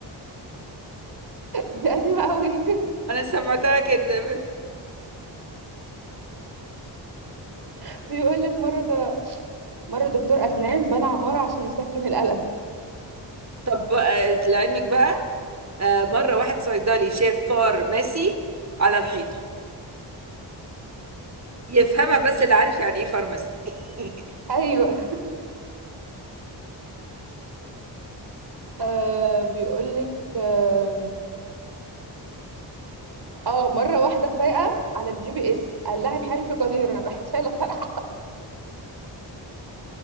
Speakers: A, on the right; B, on the right.
A: دي قديمة قوي
B: انا سمعتها كده
A: <laughs> بيقول لك مرة ده مرة دكتور أسنان بنى عمارة عشان يسكن الألم
B: طب آه، لعلمك بقى آه، مرة واحد صيدلي شاف فارماسي على الحيطة يفهمها بس اللي عارف يعني ايه فارماسي <laughs>
A: أيوه آه بيقول لك آه, آه مرة واحدة سايقة على الجي بي إس قال لها انحرفي قليلا راحت شايلة الطرح